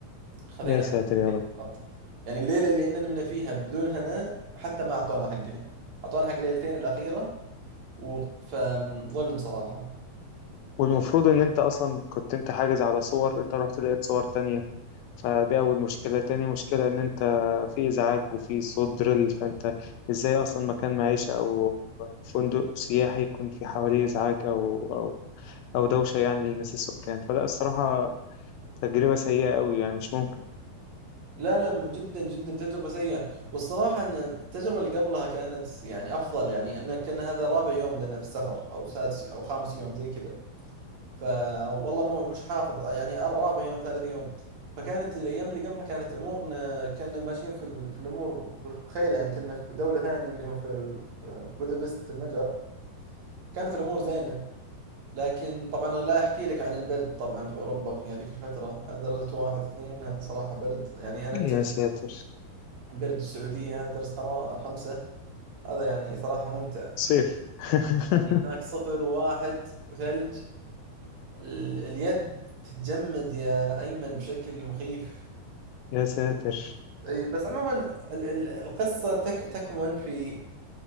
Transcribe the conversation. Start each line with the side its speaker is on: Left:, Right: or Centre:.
Right: خذينا
Left: يا ساتر
Right: حقنا
Left: يا رب
Right: فقط يعني الليلة اللي إننا نمنا فيها بدون هنا حتى ما أعطونا حقها أعطونا حق ليلتين الأخيرة و... فظلم صراحة
Left: والمفروض ان انت اصلا كنت انت حاجز على صور انت رحت لقيت صور تانية فدي أول مشكلة تاني مشكلة إن أنت في إزعاج وفي صوت دريل فأنت إزاي أصلا مكان معيشة أو فندق سياحي يكون في حواليه إزعاج أو أو أو دوشة يعني للناس السكان فلا الصراحة تجربة سيئة أوي يعني مش ممكن
Right: لا لا م- جدا جدا تجربة سيئة والصراحة أن التجربة اللي قبلها كانت يعني أفضل يعني أنك كان هذا رابع يوم لنا في السفر أو سادس أو خامس يوم زي كذا فوالله مو مش حافظ يعني أر- رابع يوم ثالث يوم فكانت الأيام اللي قبلها كانت أمورنا كنا ماشيين في, ال... في الأمور بخير يعني كنا في دولة ثانية اللي هو في, ال... في بودابست المجر كانت الأمور زينة لكن طبعا لا أحكي لك عن البرد طبعا في أوروبا في هذيك الفترة على درجة واحد اثنين هذا صراحة برد يعني أنا اكتشفت
Left: يا ساتر
Right: إن برد السعودية هذا درجة حرارة خمسة هذا يعني صراحة ممتع
Left: صيف <laughs>
Right: يعني هناك صفر وواحد وثلج ال- اليد تتجمد يا أيمن بشكل مخيف
Left: يا ساتر
Right: أي بس عموما ال- ال- القصة تك تكمن في